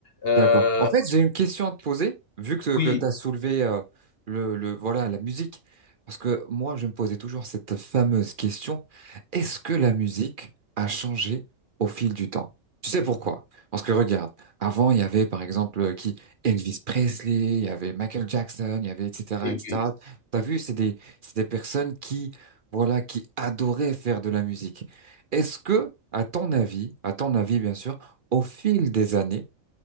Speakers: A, on the left; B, on the right.
A: heu,
B: D'accord. En fait, j'ai une question à te poser, vu que,
A: oui,
B: que tu as soulevé euh, le, le, voilà, la musique. Parce que moi, je me posais toujours cette fameuse question, est-ce que la musique a changé au fil du temps? Tu sais pourquoi? Parce que regarde, avant, il y avait par exemple euh, qui? Elvis Presley, il y avait Michael Jackson, il y avait etc.
A: oui,
B: etc.
A: oui.
B: T'as vu, c'est des, c'est des personnes qui, voilà, qui adoraient faire de la musique. Est-ce que, à ton avis, à ton avis, bien sûr, au fil des années,